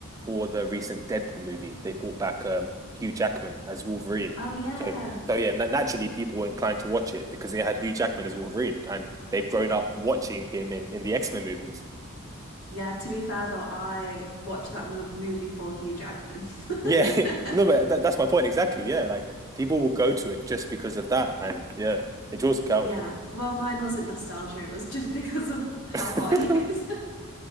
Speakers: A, on the right; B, on the left.
A: for the recent Deadpool movie, they brought back um, Hugh Jackman as Wolverine.
B: Oh yeah.
A: So, so yeah, na naturally people were inclined to watch it because they had Hugh Jackman as Wolverine, and they've grown up watching him in in the X-Men movies.
B: Yeah, to be fair though, I watched that mo movie for Hugh Jackman. <laughs>
A: Yeah, <laughs> no, but that, that's my point exactly. Yeah, like people will go to it just because of that, and yeah, it draws a crowd.
B: Yeah. Well, mine wasn't nostalgia, it was just because of how
A: <laughs>
B: hot he is.